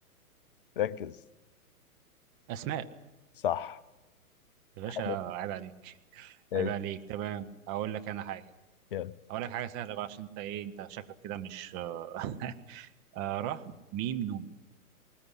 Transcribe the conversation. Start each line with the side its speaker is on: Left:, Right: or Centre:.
Left: ركز
Right: أسماء
Left: صح
Right: يا باشا
Left: حلو
Right: عيب عليك
Left: ايش
Right: عيب عليك تمام أقول لك أنا حاجة
Left: يلا
Right: أقول لك حاجة سهلة بقى عشان أنت إيه أنت شكلك كده مش آه <laughs> آه، ر ميم نون